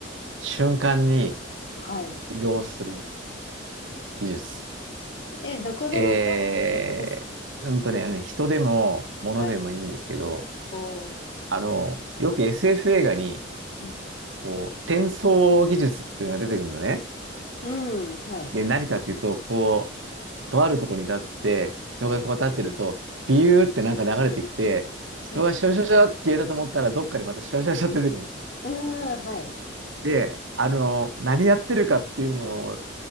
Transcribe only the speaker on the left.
はい。
え、どこでもどうってことですか
はい。おー。
うん。
うん、はい。
はい。
うーん、はい。